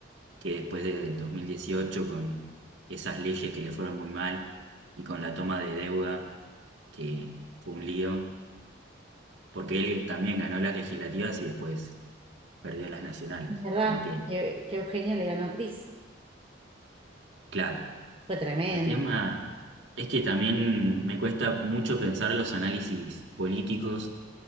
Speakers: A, on the right (about 70°); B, on the right (about 30°).
A: que después de 2018, con esas leyes que le fueron muy mal y con la toma de deuda, que fue un lío, porque él también ganó las legislativas y después perdió las nacionales.
B: Es verdad
A: Como que,
B: que, que Eugenia le ganó a Cris.
A: claro,
B: Fue tremendo.
A: el tema es que también me cuesta mucho pensar los análisis políticos